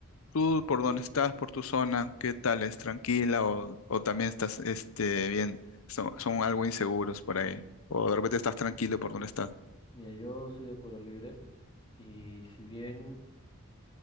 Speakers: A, on the left (about 75°); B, on the left (about 25°).
A: tú por dónde estás, por tu zona, ¿qué tal? ¿Es tranquila o, o también estás, este, bien, son, son algo inseguros por ahí? O de repente estás tranquilo por donde estás.
B: Mira, yo soy de Pueblo Libre y si bien